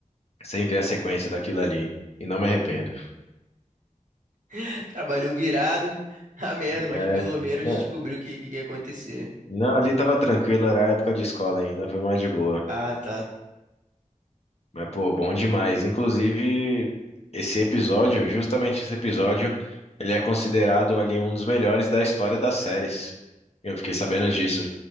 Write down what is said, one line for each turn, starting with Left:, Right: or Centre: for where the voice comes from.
Left: sem ver a sequência daquilo ali. E não me arrependo.
Right: <laughs> Trabalhou virado, a merda,
Left: É,
Right: mas pelo menos
Left: né,
Right: descobriu o que, que que ia acontecer, né?
Left: não, ali tava tranquilo, era época de escola ainda, foi mais de boa.
Right: Ah, tá.
Left: Mas, pô, bom demais. Inclusive, esse episódio, justamente esse episódio, ele é considerado ali um dos melhores da história das séries. Eu fiquei sabendo disso.